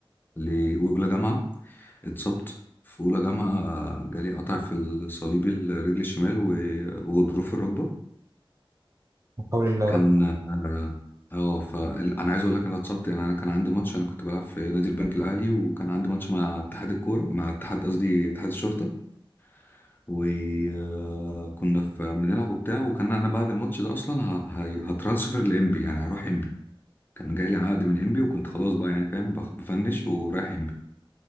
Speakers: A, on the left; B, on the right.
A: لاولى جامعه اتصبت في اولى جامعه جالي قطع في الصليبي الرجل الشمال و- وغضروف الركبه
B: حول الله يا
A: كان
B: رب
A: اه آه، ف انا عايز اقول لك انا اتصبت يعني انا كان عندي ماتش انا كنت بلعب في نادي البنك الاهلي وكان عندي ماتش مع اتحاد الكوره مع اتحاد قصدي اتحاد الشرطه وكنا في بنلعب وبتاع وكان انا بعد الماتش ده اصلا ه... ه... هترانسفر لامبي يعني هروح امبي كان جاي لي عقد من امبي وكنت خلاص بقى يعني فاهم بخ- بفنش ورايح امبي.